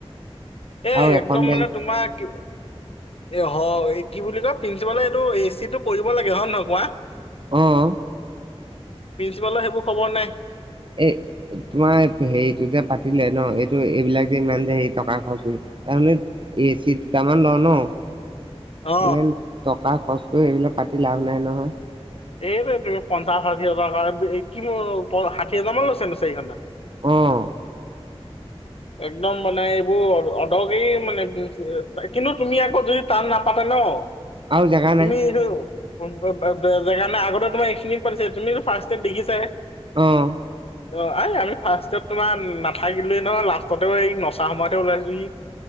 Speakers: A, on the left; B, on the right.
A: এ
B: আৰু এখন
A: একদম
B: বেঞ্চ
A: মানে তোমাৰ কি এ হয়। কি বুলি কয়, প্ৰিন্সিপালে এইটো এ চিটো কৰিব লাগে, হয় নে নহয়? কোৱা।
B: অ'।
A: প্ৰিন্সিপালৰ সেইবোৰ খবৰ নাই।
B: এ তোমাৰ হেৰিটো যে পাতিলে ন', এইটো এইবিলাক যে ইমান যে হেৰি টকা খৰচ কৰি তাৰমানে এ চি দুটামান লওঁ, ন'?
A: অ
B: ইমান টকা খৰচ কৰি এইবিলাক পাতি লাভ নাই, নহয়।
A: এইটোৱেইটো পঞ্চাশ - ষাঠি হাজাৰ- এই কিনো প- ষাঠি হাজাৰ মান লৈছে নো চাৰি ঘণ্টা
B: অ'।
A: একদম মানে এইবোৰ অদ- অদৰকাৰী মানে, কিন্তু তুমি আকৌ যদি টান নাপাতে ন'
B: আৰু জেগা নাই
A: তুমি ৰ' <unintelligible> নটোৰ বাবে জেগা নাই। আগতে তোমাৰ এখিনি পৰছে, তুমিটো ফাৰ্ষ্টে দেখিছা
B: অ'।
A: অহ, এই আমি ফাৰ্ষ্টত তোমাৰ নাথাকিলোৱে নহ লাষ্টতে এই নচা সময়তে ওলাইছো সি